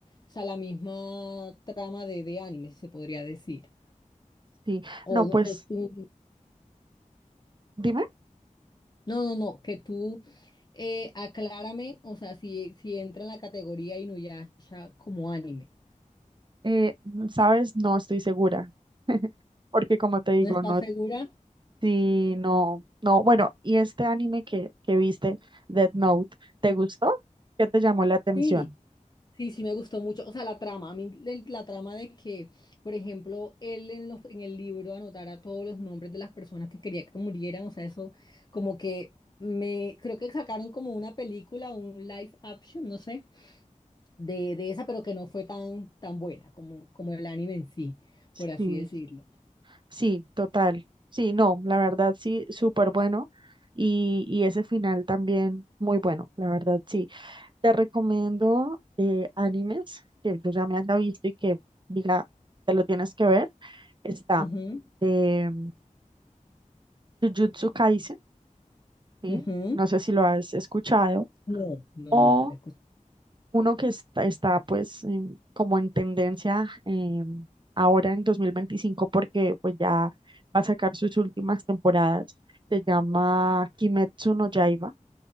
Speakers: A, on the left (about 30°); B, on the right (about 35°).
A: sea, la misma trama de, de anime, si se podría decir.
B: Sí.
A: O
B: No,
A: no
B: pues
A: sé, tú-
B: dime,
A: no, no, no, que tú eh, aclárame, o sea, si, si entra en la categoría Inuyasha como anime.
B: eh, ¿sabes? No estoy segura. <laughs> Porque como te digo,
A: ¿No estás
B: no,
A: segura?
B: sí, no, no. Bueno, ¿y este anime que, que viste, Death Note, te gustó? ¿Qué te llamó la atención?
A: Sí, sí, sí me gustó mucho. O sea, la trama, a mí el- la trama de que, por ejemplo, él en, los, en el libro anotara todos los nombres de las personas que quería que murieran, o sea, eso como que me, creo que sacaron como una película, un live action, no sé, de, de esa, pero que no fue tan, tan buena como, como el anime en sí, por así
B: Sí.
A: decirlo.
B: Sí, total. Sí, no, la verdad sí, súper bueno. Y, y ese final también muy bueno, la verdad sí. Te recomiendo eh, animes que yo ya me haya visto y que diga, te lo tienes que ver. Está
A: Ujú,
B: eh, Jujutsu Kaisen, ¿sí?
A: ujú.
B: No sé si lo has escuchado.
A: No, no,
B: O
A: nunca la escuché.
B: Uno que está, está, pues en- como en tendencia eh, ahora en 2025 porque pues ya va a sacar sus últimas temporadas. Se llama Kimetsu no Yaiba,